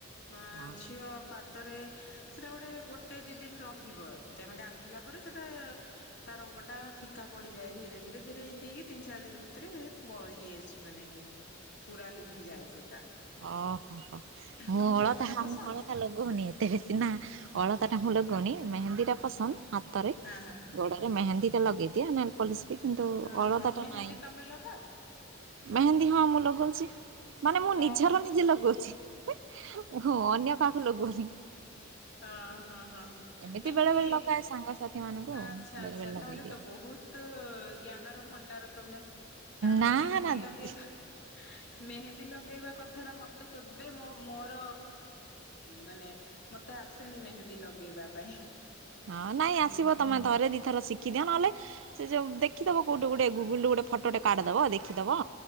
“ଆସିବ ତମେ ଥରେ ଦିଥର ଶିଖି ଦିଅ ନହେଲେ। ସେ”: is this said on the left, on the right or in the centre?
Right